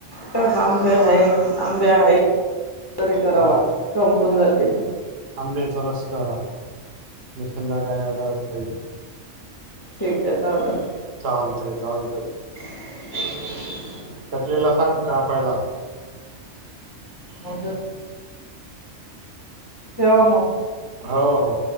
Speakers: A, on the left (about 30°); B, on the right (about 65°).
A: छान आंबे आहे आंबे आहे तरी करावा
B: हा
A: संपून जातील.
B: आंब्याचा रस करा मी संध्याकाळी आल्यावर खाईल.
A: ठीक हे चालेल.
B: चालतंय चालतंय.
A: ह.
B: लेला सांग का पायला.
A: आणच ठेवा मग.
B: हो हो.